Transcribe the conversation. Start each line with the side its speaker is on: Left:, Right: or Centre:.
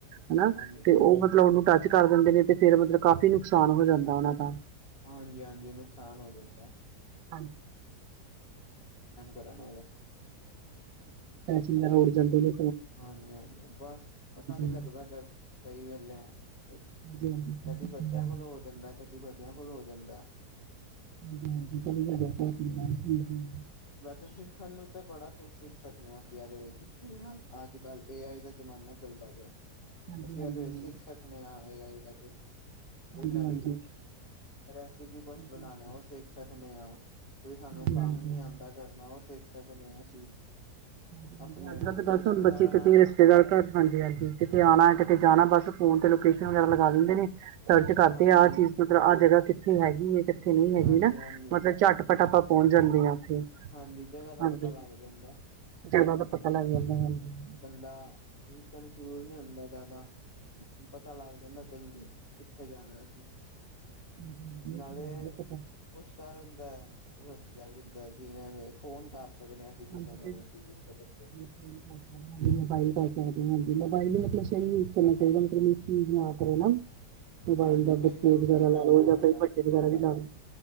Right: ਹਨਾ,
Left: ਹਾਂਜੀ
Right: ਤੇ ਓ ਮਤਲਬ ਓਨੂੰ ਟੱਚ ਕਰ ਦਿੰਦੇ ਨੇ ਤੇ ਫੇਰ ਮਤਲਬ ਕਾਫ਼ੀ ਨੁਕਸਾਨ ਹੋ ਜਾਂਦੈ ਉਨਾਂ ਦਾ।
Left: ਹਾਂਜੀ-ਹਾਂਜੀ ਨੁਕਸਾਨ ਹੋ ਜਾਂਦੈ।
Right: <unintelligible>
Left: ਕਰਨ ਵਾਲੇ
Right: ਤੇ ਰੋਡ ਜਾਂਦੀ ਏ।
Left: ਹਾਂਜੀ-ਹਾਂਜੀ ਬਾੱਸ ਪਤਾ ਨੀ ਲੱਗਦਾ
Right: ਹਾਂਜੀ-ਹਾਂਜੀ
Left: ਬਾੱਸ ਕਂਈ ਵੇਲੇ ਐਂ। ਕਦ
Right: ਹਾਂਜੀ-ਹਾਂਜੀ
Left: ਕਦੀ ਬੱਚੇਆਂ
Right: ਹਾਂਜੀ-ਹਾਂਜੀ
Left: ਕੋਲੋਂ ਹੋ ਜਾਂਦੈ, ਕਦੀ ਵੱਡੇਆਂ ਕੋਲੋਂ ਹੋ ਜਾਂਦੈ।
Right: <inaudible>
Left: ਵੈਸੇ ਸਿੱਖਨ ਨੂੰ ਤੇ ਬੜਾ ਕੁੱਛ ਸਿੱਖ ਸਕਨੇ ਆਂ ਅਸੀਂ ਐਦੇ ਵੇੱਚ, <unintelligible> ਆੱਜ-ਕੱਲ ਏ ਆਈ ਦਾ ਜਮਾਨਾ ਚੱਲਦਾ ਪੇਐ,
Right: ਹਾਂਜੀ-ਹਾਂਜੀ
Left: ਅਸੀ ਐਦੇ ਵਿੱਚ ਸਿੱਖ ਸਕਨੇ ਆਂ, ਏ ਆਈ ਦਾ ਕੁੱਛ। ਕੋਈ
Right: ਹਾਂਜੀ-ਹਾਂਜੀ
Left: ਨਵੀਂ ਰੈਸਪੀ ਕੁੱਛ
Right: ਹਾਂਜੀ,
Left: ਬਨਾਨੇ, ਓ ਸਿੱਖ ਸਕਨੇ ਆਂ। ਕੋਈ ਹਾਨੂੰ
Right: ਹਾਂਜੀ,
Left: ਕੰਮ
Right: ਹਾਂਜੀ,
Left: ਨੀ
Right: ਹਾਂਜੀ,
Left: ਆਂਦਾ ਕਰਨਾ, ਉਹ ਸਿੱਖ ਸਕਦੇ ਆ ਅਸੀਂ।
Right: ਹਾਂਜੀ-ਹਾਂਜੀ,
Left: ਆਪਣੇ
Right: ਅੱਜ-ਕੱਲ੍ਹ ਤਾਂ ਬਸ
Left: ਰਿਸ਼ਤੇਦਾਰਾਂ
Right: ਹੁਣ ਬੱਚੇ
Left: ਨਾਲ
Right: ਕਿਤੇ ਏਸ ਜੇ ਕਰ ਘਰ ਹਾਂਜੀ-ਹਾਂਜੀ, ਕਿਤੇ ਆਣਾ, ਕਿਤੇ ਜਾਣਾ, ਬਸ ਫ਼ੋਨ ਤੇ ਲੋਕੇਸ਼ਨ ਵਗੈਰਾ ਲਗਾ ਦਿੰਦੇ ਨੇ ਸਰਚ ਕਰਦੇ
Left: ਹਾਂਜੀ
Right: ਆ, ਆਹ ਚੀਜ਼ ਮਤਲਬ ਆਹ ਜਗ੍ਹਾ ਕਿੱਥੇ ਹੈਗੀ ਏ, ਕਿੱਥੇ ਨਹੀਂ ਹੈਗੀ
Left: ਹਾਂਜੀ
Right: ਨਾ।
Left: ਹਾਂਜੀ
Right: ਮਤਲਬ ਝੱਟ ਫੱਟ ਆਪਾਂ ਪਹੁੰਚ ਜਾਂਦੇ ਆ ਉੱਥੇ।
Left: ਹਾਂਜੀ, ਜਗ੍ਹਾ ਦਾ
Right: ਹਾਂਜੀ
Left: ਪਤਾ ਲੱਗ ਜਾਂਦਾ।
Right: ਜਗ੍ਹਾ ਦਾ ਪਤਾ ਲੱਗ ਜਾਂਦਾ, ਹਾਂਜੀ।
Left: ਬੰਦਾ, ਕਨਫਿਊਜ ਨੀ ਹੁੰਦਾ ਜ਼ਿਆਦਾ ਪਤਾ ਲੱਗ ਜਾਂਦਾ ਜਲਦੀ, ਕਿੱਥੇ ਜਾਣਾ ਅਸੀਂ।
Right: ਹਾਂਜੀ, ਹਾਂਜੀ
Left: ਨਾਲੇ
Right: ਇਹ ਤਾਂ ਹੈ ਹੀ ਆ ਪਤਾ
Left: ਕੁਛ ਤਾ ਰਹਿੰਦਾ ਰਸ ਜਾਂ ਕਿੱਦਾਂ ਕਿਵੇਂ ਫੋਨ ਕਰ ਸਕਦੇ ਆ, ਅਸੀਂ
Right: ਹਾਂਜੀ
Left: ਕਿਸੇ ਨੂੰ
Right: ਤੇ
Left: ਵੀ ਦੂਰ ਤੋਂ ਬੰਦੇ ਨੂੰ।
Right: <inaudible> ਹਾਂਜੀ, ਮੋਬਾਈਲ ਕਰਕੇ ਹਾਂਜੀ ਮੋਬਾਈਲ ਵੀ ਮਤਲਬ ਸ‌ਈ ਯੂਜ਼ ਕਰਨਾ ਚਾਹੀਦਾ, ਮਤਲਬ ਇਹ ਚੀਜ਼ ਨਾ ਕਰੋ ਨਾ।
Left: <inaudible>
Right: ਮੋਬਾਇਲ ਦਾ
Left: ਮਿਸਯੂਜ
Right: ਬੱਚੇ ਵਗੈਰਾ
Left: ਨਹੀਂ ਕਰਨਾ
Right: ਲਾ ਲ ਜਾਂ
Left: ਚਾਹੀਦਾ
Right: ਕਈ ਵੱਡੇ ਵਗੈਰਾ ਵੀ ਲਾ ਲਓ।